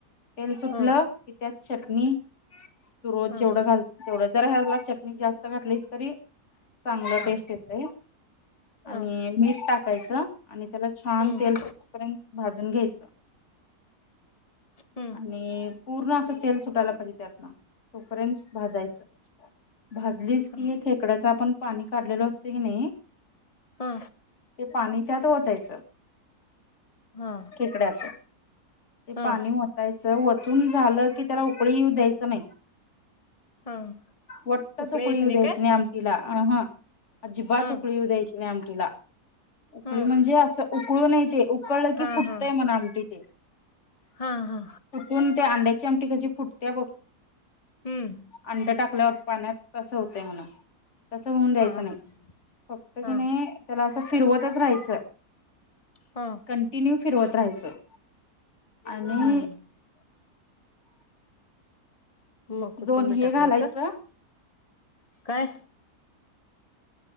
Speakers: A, on the left; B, on the left.
A: तेल सुटलं
B: ह
A: की त्यात चटणी तू रोज
B: ह
A: जेवढा घालती तेवढं जर ह्याला चटणी जास्त घातली तरी चांगलं
B: चालते
A: टेस्ट येतय. आणि
B: ह
A: मीठ टाकायचं. आणि त्याला छान
B: हम्म
A: तेल सुटेपर्यंत, भाजून घ्यायचं.
B: हम्म
A: आणि पूर्ण असं तेल सुटायला पाहिजे, त्यात न. तोपर्यंत भाजायच, भाजलीस
B: ह
A: की हे खेकड्याच आपण पाणी काढलेल असत की नाही.
B: हा
A: ते पाणी त्यात ओतायचं.
B: हा
A: खेकड्याच. ते
B: हा
A: पाणी वतायचं, वतून झालं की, त्याला उकळी येऊ द्यायचं नाही.
B: हा
A: वट्ट च
B: उकळे
A: उकळी
B: यायचे
A: येऊ द्यायची
B: काय
A: नाही आमटीला अ ह अजिबात
B: हा
A: उकळी येऊ द्यायची नाही आमटीला उकळी
B: हा
A: म्हणजे असं उकळूूनय ते उकळलं
B: हा
A: की फुटतंय
B: हा
A: मन आमटी ते.
B: हा हा
A: फुटून त्या अंड्याची आमटी कशी फुटतेय बघ
B: हम्म
A: अंड टाकल्यावर पाण्यात, तसं होतंय म्हणा तसं होऊन द्यायचं
B: हा
A: नाही,
B: हा
A: फक्त
B: हा
A: की नाही त्याला असं फिरवतच राहायचं.
B: हा
A: कंटिन्यू फिरवत राहायचं आणि
B: हूं! मग कोथिंबीर
A: दोन हे
B: टाकायचं
A: घालायचं
B: काय?